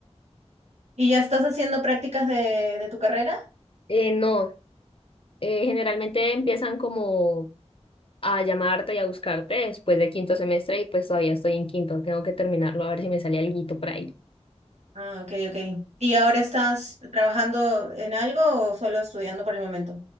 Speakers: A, on the right (about 75°); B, on the left (about 55°).
A: ¿Y ya estás haciendo prácticas de de tu carrera?
B: Eh, no, eh, generalmente empiezan como a llamarte y a buscarte después de quinto semestre y pues todavía estoy en quinto, tengo que terminarlo a ver si me sale alguito por ahí.
A: Ah, ok, ok. ¿Y ahora estás trabajando en algo o solo estudiando por el momento?